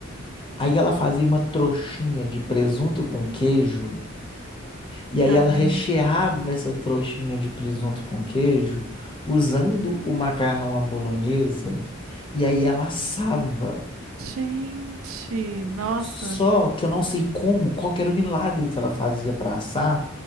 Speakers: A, on the left; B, on the right.
A: Aí ela fazia uma trouxinha de presunto com queijo, e
B: Caramba.
A: aí ela recheava essa trouxinha de presunto com queijo usando o macarrão à bolonhesa, e aí ela assava.
B: Gente, nossa.
A: Só que eu não sei como, qual que era o milagre que ela fazia para assar,